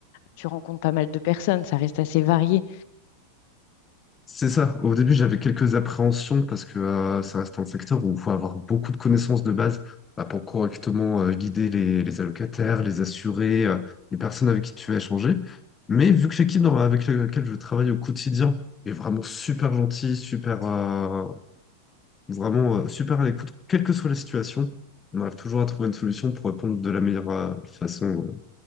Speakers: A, on the left; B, on the left.
A: tu rencontres pas mal de personnes, ça reste assez varié.
B: C'est ça. Au début, j'avais quelques appréhensions parce que euh, ça reste un secteur où il faut avoir beaucoup de connaissances de base bah, pour correctement euh, guider les, les allocataires, les assurés, euh, les personnes avec qui tu vas échanger. Mais vu que l'équipe dans- avec euh, laquelle je travaille au quotidien est vraiment super gentille, super, euh, vraiment euh, super à l'écoute, quelle que soit la situation, on arrive toujours à trouver une solution pour répondre de la meilleure euh, façon euh,